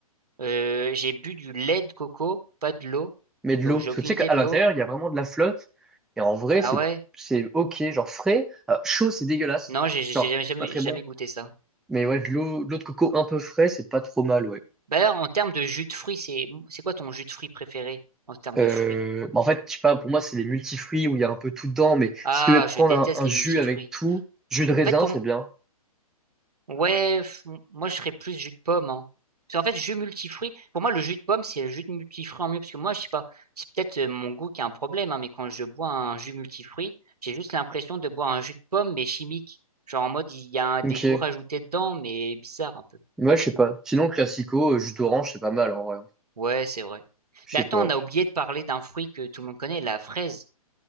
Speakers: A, on the right; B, in the centre.
A: euh, j'ai bu du lait de coco, pas de l'eau,
B: mais de
A: donc
B: l'eau.
A: j'ai
B: Parce
A: aucune
B: que tu sais
A: idée
B: qu'à
A: de
B: l'intérieur,
A: l'eau.
B: il y a vraiment de la flotte. Et en vrai,
A: Ah
B: c'est,
A: ouais,
B: c'est ok. Genre frais, euh, chaud, c'est dégueulasse.
A: non, j'ai j'ai
B: Genre,
A: jamais jamais
B: c'est pas très
A: jamais
B: bon.
A: goûté ça.
B: Mais ouais, de l'eau, de l'eau de coco un peu frais, c'est pas trop mal, ouais.
A: Bah, D'ailleurs, en termes de jus de fruits, c'est c'est quoi ton jus de fruits préféré en termes
B: Euh,
A: de fruits?
B: bah en fait, je sais pas, pour moi, c'est les multifruits où il y a un peu tout dedans. Mais
A: Ah,
B: si tu veux prendre
A: je déteste
B: un, un
A: les
B: jus
A: multifruits.
B: avec tout, jus de raisin,
A: En fait, pour
B: c'est
A: m-
B: bien.
A: ouais, f- moi je ferais plus jus de pomme. Hein. Parce qu'en fait, jus multifruits, pour moi le jus de pomme c'est le jus de multifruits en mieux. Parce que moi, je sais pas, c'est peut-être euh, mon goût qui a un problème, hein, mais quand je bois un jus multifruits, j'ai juste l'impression de boire un jus de pomme mais chimique. Genre en mode il y a un-
B: Ok.
A: des goûts rajoutés dedans, mais bizarre un peu.
B: Moi, je sais pas. Sinon, classico, euh, jus d'orange, c'est pas mal, en vrai.
A: Ouais, c'est vrai.
B: Je
A: Mais attends,
B: sais pas.
A: on a oublié de parler d'un fruit que tout le monde connaît, la fraise.